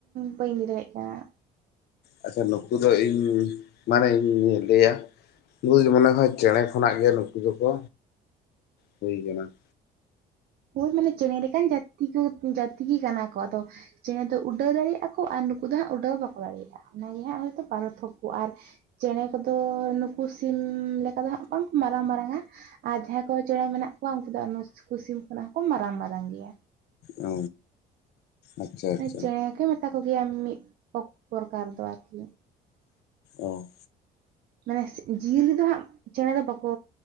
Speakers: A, on the right; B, on the left.
A: ᱵᱟᱹᱧ ᱞᱟᱹᱭ ᱫᱟᱲᱮᱭᱟᱜ ᱠᱟᱱᱟ ᱾
B: ᱟᱪᱪᱷᱟ ᱱᱩᱠᱩ ᱫᱚ ᱤᱧ ᱢᱟᱱᱮ ᱤᱧᱤᱧ ᱞᱟᱹᱭᱟ ᱱᱩᱠᱩ ᱫᱚ ᱢᱚᱱᱮ ᱦᱚᱸ ᱪᱮᱬᱮ ᱠᱷᱚᱱᱟᱜ ᱜᱮ ᱱᱩᱠᱩ ᱫᱚᱠᱚ ᱦᱩᱭ ᱠᱟᱱᱟ ᱾
A: ᱦᱳᱭ ᱢᱟᱱᱮ ᱪᱮᱸᱬᱮ ᱞᱮᱠᱟᱱ ᱡᱟᱹᱛᱤ ᱡᱟᱹᱛᱤ ᱜᱮ ᱠᱟᱱᱟ ᱠᱚ ᱾ ᱟᱫᱚ ᱪᱮᱸᱬᱮ ᱫᱚ ᱩᱰᱟᱹᱣ ᱫᱟᱲᱮᱭᱟᱜᱼᱟ ᱠᱚ ᱟᱨ ᱱᱩᱠᱩ ᱫᱚ ᱦᱟᱸᱜ ᱩᱰᱟᱹᱣ ᱵᱟᱠᱚ ᱫᱟᱲᱮᱭᱟᱜᱼᱟ᱾ ᱚᱱᱟ ᱜᱮ ᱱᱷᱟᱜ ᱦᱳᱭᱛᱳ ᱯᱟᱨᱚᱛᱷᱚᱠ ᱾ ᱟᱨ ᱪᱮᱸᱬᱮ ᱠᱚᱫᱚ ᱱᱩᱠᱩ ᱥᱤᱢ ᱞᱮᱠᱟ ᱫᱚ ᱦᱟᱸᱜ ᱵᱟᱝ ᱠᱚ ᱢᱟᱨᱟᱝ ᱢᱟᱨᱟᱝ-ᱟ ᱟᱨ ᱡᱟᱦᱟᱸᱭ ᱠᱚ ᱪᱮᱸᱬᱮ ᱢᱮᱱᱟᱜ ᱠᱚᱣᱟ᱾ ᱩᱱᱠᱩ ᱫᱚ ᱱᱩᱠᱩ ᱥᱤᱢ ᱠᱷᱚᱱᱟᱜ ᱦᱚᱸ ᱠᱚ ᱢᱟᱨᱟᱝ ᱢᱟᱨᱟᱝ ᱜᱮᱛᱟ ᱾
B: ᱚ ᱟᱪᱪᱷᱟ
A: ᱢᱟᱱᱮ
B: ᱟᱪᱪᱷᱟ
A: ᱪᱮᱸᱬᱮ ᱠᱚ ᱢᱮᱛᱟ ᱠᱚᱜᱮᱭᱟ ᱢᱤᱫ ᱯᱨᱚᱠᱟᱨ ᱫᱚ ᱟᱨᱠᱤ ᱾
B: ᱚ
A: ᱢᱟᱱᱮ ᱡᱤᱭᱟᱹᱞᱤ ᱫᱚ ᱦᱟᱸᱜ ᱪᱮᱸᱬᱮ ᱫᱚ ᱵᱟᱠᱚ